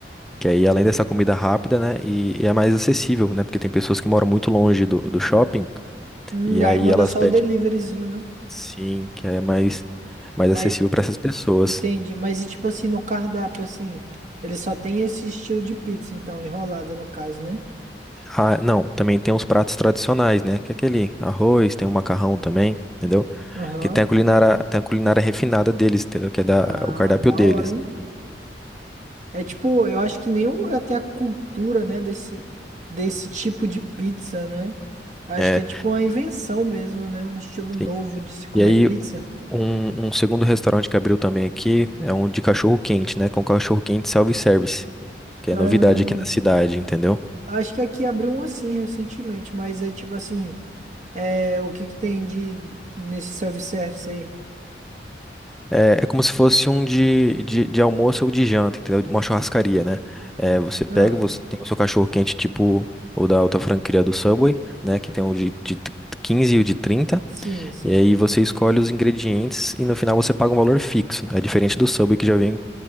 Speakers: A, in the centre; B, on the right.
A: Que aí, além dessa comida rápida, né? E, e é mais acessível, né? Porque tem pessoas que moram muito longe do, do shopping,
B: Hum,
A: e aí
B: aí manda
A: elas
B: só
A: pedem,
B: o deliveryzinho, né?
A: sim, que é mais, mais
B: Mas
A: acessível para essas pessoas.
B: entendi, mas e tipo assim no cardápio assim, ele só tem esse estilo de pizza, então enrolada no caso, né?
A: Ah, não, também tem os pratos tradicionais, né? Que é aquele arroz, tem o macarrão também, entendeu?
B: Aham.
A: Que tem a culinária, tem a culinária refinada deles, entendeu? Que é da,
B: Ah,
A: o cardápio
B: da
A: deles,
B: hora, hein?
A: entendeu?
B: É tipo, eu acho que nenhum lugar tem a cultura, né, desse, desse tipo de pizza, né? Eu acho
A: É,
B: que é tipo uma invenção mesmo, né? Um estilo novo
A: sim.
B: de se comer
A: E aí,
B: pizza.
A: um, um segundo restaurante que abriu também aqui é um de cachorro quente, né? Com cachorro quente self-service, que
B: Ah,
A: é novidade aqui na cidade, entendeu?
B: acho que aqui abriu um assim recentemente, mas é tipo assim, é, o que que tem de nesse self-service aí?
A: É, é como se fosse um de, de, de almoço ou de janta, entendeu? Uma churrascaria, né? É, você pega,
B: Ah,
A: você tem o seu cachorro quente, tipo o da outra franquia do Subway, né? Que tem o de, de 15 e o de 30.
B: sim, sim.
A: E aí você escolhe os ingredientes e no final você paga um valor fixo. né? É diferente do Subway que já vem